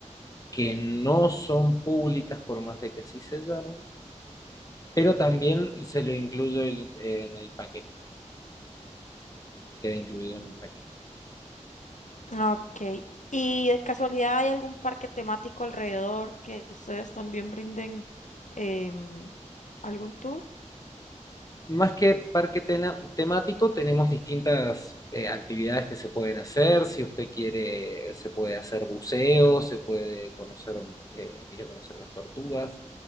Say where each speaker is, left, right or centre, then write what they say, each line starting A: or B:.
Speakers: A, on the left; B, on the left.
A: que no son públicas por más de que sí se llamen, pero también se lo incluyo en, en el paquete, queda incluido en el paquete.
B: Ok. ¿Y de casualidad hay algún parque temático alrededor que ustedes también brinden em, algún tour?
A: Más que parque tena- temático, tenemos distintas eh, actividades que se pueden hacer. Si usted quiere, se puede hacer buceo, se puede conocer, eh, ir a conocer las tortugas.